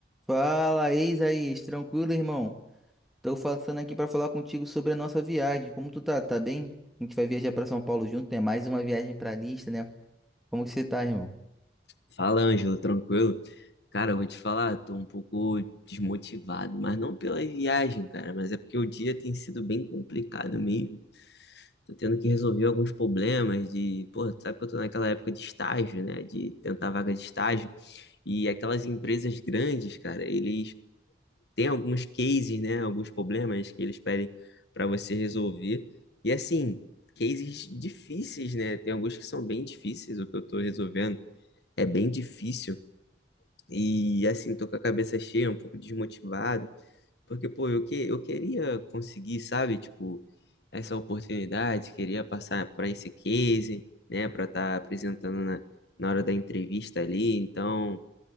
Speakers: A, in the centre; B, on the left.
A: Fala, Isaías, tranquilo, irmão? Tô passando aqui pra falar contigo sobre a nossa viagem. Como tu tá? Tá bem? A gente vai viajar pra São Paulo junto, né? Mais uma viagem pra lista, né? Como que você tá, irmão?
B: Fala, Ângelo, tranquilo? Cara, eu vou te falar, tô um pouco desmotivado, mas não pela viagem, cara, mas é porque o dia tem sido bem complicado mesmo. Tô tendo que resolver alguns problemas de, porra, tu sabe que eu tô naquela época de estágio, né? De tentar vaga de estágio. E aquelas empresas grandes, cara, eles têm alguns cases, né? Alguns problemas que eles pedem pra você resolver. E assim, cases difíceis, né? Tem alguns que são bem difíceis, o que eu tô resolvendo é bem difícil. E assim, tô com a cabeça cheia, um pouco desmotivado, porque, pô, eu, que, eu queria conseguir, sabe, tipo, essa oportunidade, queria passar para esse case, né, para estar apresentando na, na hora da entrevista ali. Então,